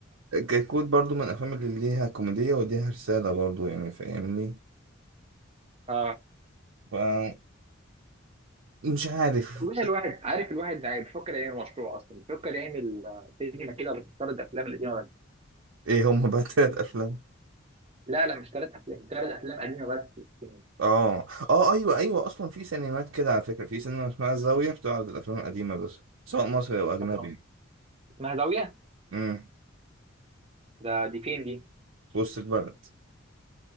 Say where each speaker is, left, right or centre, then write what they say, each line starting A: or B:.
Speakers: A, on the right (about 75°); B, on the right (about 30°).
A: كيكوت برضو من الأفلام اللي ليها كوميدية وليها رسالة برضو يعني فاهمني
B: اه
A: ف- مش عارف
B: والله الواحد عارف الواحد يعني بيفكر يعمل مشروع اصلا بيفكر يعمل آه، سينما كده بس ثلاث افلام قديمه بس
A: ايه هم بقى تلات افلام
B: لا لا مش ثلاث افلام ثلاث افلام قديمه بس في السينما.
A: اه اه ايوه ايوه اصلا في سينمات كده على فكره في سينما اسمها الزاويه بتعرض الافلام القديمه بس سواء مصري او اجنبي
B: اه اسمها زاويه
A: امم
B: ده دي فين دي؟
A: في وسط البلد